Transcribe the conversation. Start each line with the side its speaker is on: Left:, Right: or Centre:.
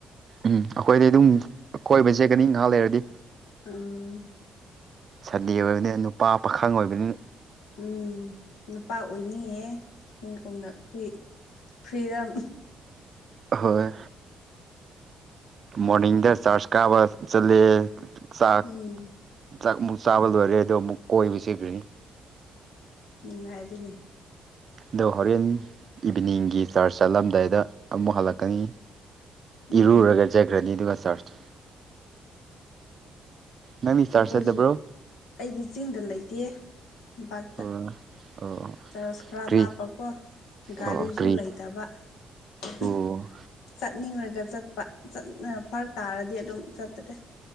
Right: ꯎꯝ ꯑꯩꯈꯣꯏꯗꯤꯩ ꯑꯗꯨꯝ ꯀꯣꯏꯕ ꯆꯦꯀꯅꯤ ꯉꯥꯏꯍꯥꯛ ꯂꯩꯔꯗꯤ
Left: ꯎꯝ
Right: ꯁꯟꯗꯦ ꯑꯣꯏꯕꯅꯤꯅ ꯅꯨꯄꯥ ꯄꯥꯈꯪ ꯑꯣꯏꯕꯅꯤꯅ
Left: ꯎꯝ ꯅꯨꯄꯥ ꯑꯣꯏꯅꯤꯡꯌꯦꯦ ꯅꯣꯏ ꯀꯣꯝꯗ ꯐꯔꯤ ꯐ꯭ꯔꯤꯗꯝ
Right: ꯍꯣꯏ ꯃꯣꯔꯅꯤꯡꯗ ꯆꯥꯔꯆ ꯀꯥꯕ ꯆꯠꯂꯦ ꯆꯥꯛ
Left: ꯎꯝ
Right: ꯆꯥꯛ ꯑꯃꯨꯛ ꯆꯥꯕ ꯂꯣꯏꯔꯦ ꯑꯗꯣ ꯑꯃꯨꯛ ꯀꯣꯏꯕ ꯆꯈ꯭ꯔꯅꯤ
Left: ꯅꯨꯡꯉꯥꯏꯔꯤꯅꯦ
Right: ꯑꯗꯣ ꯍꯣꯔꯦꯟ ꯏꯚꯤꯅꯤꯡꯒꯤ ꯆꯥꯔꯖ ꯆꯠꯂꯝꯗꯥꯏꯗ ꯑꯃꯨꯛ ꯍꯜꯂꯛꯀꯅꯤ
Left: ꯎꯝ
Right: ꯏꯔꯨꯔꯒ ꯆꯈ꯭ꯔꯅꯤ ꯑꯗꯨꯒ ꯆꯥꯔꯖ ꯅꯪꯗꯤ ꯆꯥꯔꯖ
Left: ꯑꯩꯈꯣꯏꯁꯨ
Right: ꯆꯠꯇꯕ꯭ꯔꯣ
Left: ꯑꯩꯗꯤ ꯆꯤꯡꯗ ꯂꯩꯇꯦ ꯂꯝꯄꯥꯛꯇ
Right: ꯑꯣ ꯑꯣ
Left: ꯆꯔꯁ ꯈꯔ
Right: ꯀ꯭ꯔꯤ
Left: ꯂꯥꯞꯄꯀꯣ ꯒꯥꯔꯤꯁꯨ
Right: ꯑꯣ ꯀ꯭ꯔꯤ
Left: ꯂꯩꯇꯕ <unintelligible>
Right: ꯑꯣ
Left: ꯆꯠꯅꯤꯡꯉꯒ ꯆꯠꯄ ꯐꯔꯛ ꯇꯥꯔꯗꯤ ꯑꯗꯨꯝ ꯆꯠꯇ꯭ꯔꯦ